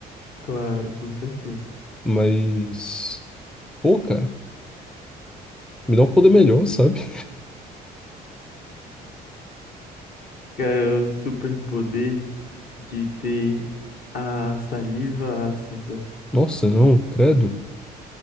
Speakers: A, on the left; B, in the centre.
A: Claro, com certeza.
B: Mas, pô, cara, me dá um poder melhor, sabe? <laughs>
A: Cara, o superpoder de ter a saliva ácida,
B: Nossa, não, credo.